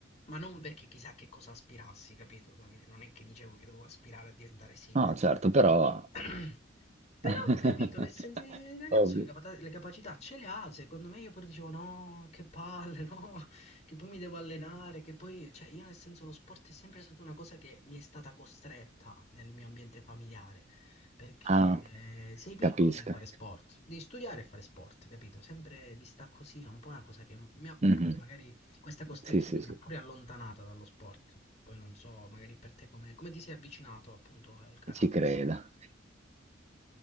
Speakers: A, on the left (about 35°); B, on the right (about 35°).
A: Ma non perché chissà che cosa aspirassi, capito, Davide? Non è che dicevo che dovevo aspirare a diventare sindaco.
B: No, certo,
A: <clears throat>
B: però...
A: Però,
B: <laughs>
A: ho capito, nel senso, il ragazzo
B: Ovvio.
A: le, capata- le capacità ce le ha, secondo me io poi dicevo no, che palle, no, <laughs> che poi mi devo allenare, che poi, cioè io nel senso lo sport è sempre stata una cosa che mi è stata costretta nel mio ambiente familiare, perché
B: Ah,
A: eh, sei piccolo
B: capisco.
A: devi fare sport, devi studiare e fare sport, capito? Sempre vista così è un po' una cosa che mi ha,
B: Mhm.
A: magari questa costrizione
B: Sì, sì,
A: mi
B: sì,
A: ha pure allontanata dallo sport, poi non so, magari per te come, come ti sei avvicinato appunto al karate.
B: ci credo.